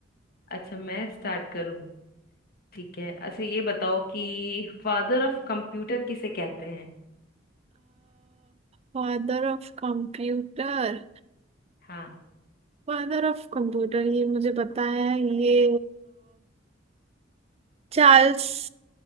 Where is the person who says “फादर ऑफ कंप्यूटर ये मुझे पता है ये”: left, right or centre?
Right